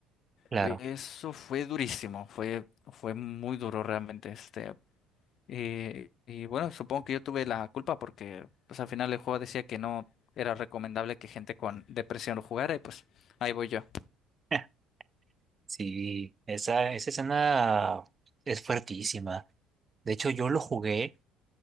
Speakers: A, on the right (about 30°); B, on the left (about 55°).
A: claro.
B: E- Eso fue durísimo, fue, fue muy duro realmente este. eh, y bueno, supongo que yo tuve la culpa porque pues al final el juego decía que no era recomendable que gente con depresión lo jugara y pues ahí voy yo.
A: <laughs> Sí, esa, esa escena es fuertísima. De hecho, yo lo jugué